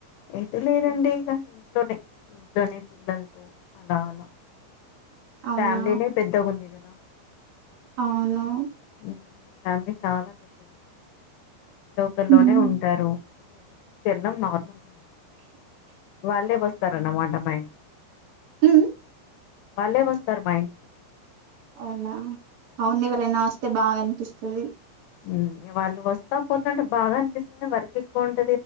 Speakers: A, on the left; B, on the right.
A: ఎటు లేదండి ఇగ ఇంట్లోనే ఇంట్లోనే పిల్లల్తో అలా లా అలా
B: అవునా
A: ఫ్యామీలీనే పెద్ద గుందిగ దా
B: అవును
A: ఊ ఫ్యామిలీ చాలా పెద్దది లోకల్లోనే
B: ఉమ్
A: ఉంటారు <unintelligible> నార్మల్ వాళ్ళే వస్తారన్నమాట మా ఇంటికి
B: ఊ
A: వాళ్ళే వస్తారు మా ఇంటికి
B: అవునా అవున ఎవరన్న వస్తే బాగా అనిపిస్తు
A: మ్మ్ వాళ్ళు వస్తా పోతాంటే బాగా అనిపిస్తుంది వర్క్ ఎక్కువంటే